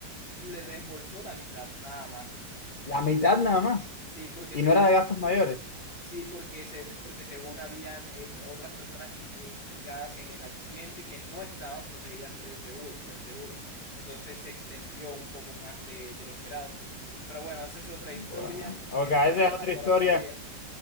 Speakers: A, on the left; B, on the left.
A: le reembolsó la mitad nada más.
B: la mitad nada más,
A: Sí, porque
B: y
A: según
B: no era de gastos mayores.
A: Sí, porque, se, porque según habían eh, otras personas in- implicadas en el accidente que no estaban protegidas por ese seguro, por el seguro. Entonces se extendió un poco más de, de lo esperado. Eh, Pero bueno, esa es otra
B: Bueno,
A: historia
B: ok,
A: que podremos
B: esa
A: dejar
B: es otra
A: para
B: historia.
A: otro día.